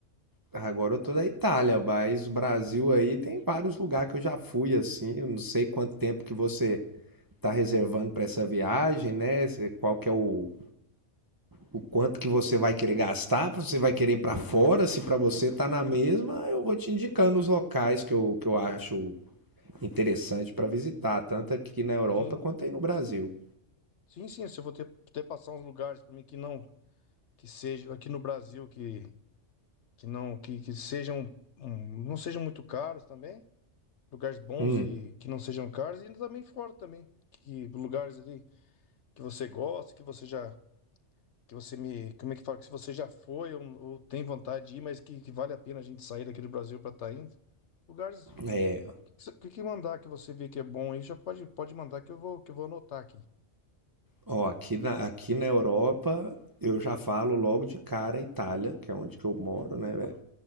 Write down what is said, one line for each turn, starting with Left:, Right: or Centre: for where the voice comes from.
Right: agora eu tô da Itália, mas o Brasil aí tem vários lugares que eu já fui assim. Eu não sei quanto tempo que você tá reservando para essa viagem, né? Se- Qual que é o, o quanto que você vai querer gastar, se você vai querer ir para fora, se para você tá na mesma, eu vou te indicando os locais que eu, que eu acho interessante para visitar, tanto aqui na Europa
Left: Sim,
Right: quanto aí no Brasil.
Left: sim, sim, se eu vou ter, ter passar uns lugares pra mim que não, que seja aqui no Brasil, que que não que, que sejam hum, não sejam muito caros também, lugares bons
Right: Hum.
Left: e que não sejam caros e também fora também, que lugares ali que você gosta, que você já que você me, como é que fala, que se você já foi ou, ou tem vontade de ir, mas que, que vale a pena a gente sair daqui do Brasil para estar indo. Lugares
Right: É,
Left: que, que, você- que mandar que você vê que é bom aí, já pode pode mandar que eu vou que eu vou anotar aqui.
Right: ó, aqui na, aqui na Europa eu já falo logo de cara Itália, que é onde que eu moro, né, velho?